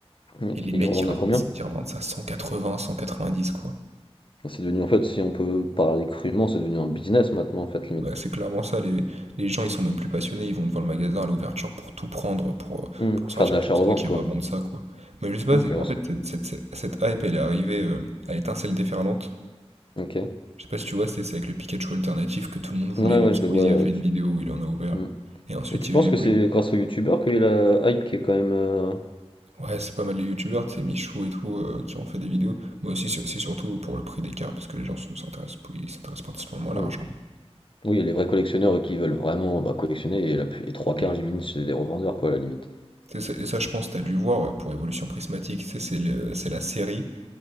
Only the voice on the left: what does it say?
Ok.
Et
ils le revendent
à combien?
Bah, C'est devenu, en fait, si on peut parler crûment, c'est devenu un business maintenant, en fait, limite.
Hmm,
Faire
de l'achat-revente,
quoi.
Ok,
ouais,
c'est-
ok.
Ouais,
ouais,
je le vois.
euh,
tu-
hmm.
Et tu
penses
que
c'est grâce aux youtubeurs qu'il y a la hype qui est quand même. euh,
hmm.
Oui, il y a les vrais collectionneurs qui veulent vraiment bah, collectionner, et, la... plus- et trois quarts,
j'imagine, c'est des revendeurs, quoi, à la limite.